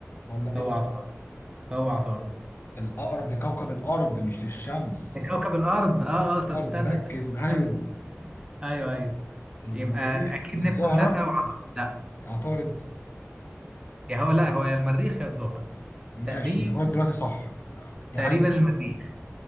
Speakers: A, on the left; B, on the right.
A: ولا نبتون
B: هو عطارد هو عطارد
A: الاقرب لكوكب الارض مش للشمس
B: ده كوكب الارض اه اه طب
A: الارض
B: استنى
A: ركز
B: استنى
A: ايوه
B: استنى. ايوه ايوه
A: المريخ
B: يبقى اكيد
A: الزهره
B: نبتون لا وعطارد لا
A: عطارد
B: يا هو لا هو يا المريخ يا الزهرة
A: ماشي
B: تقريبا
A: لغايه دلوقتي صح يا
B: تقريبا
A: عم
B: المريخ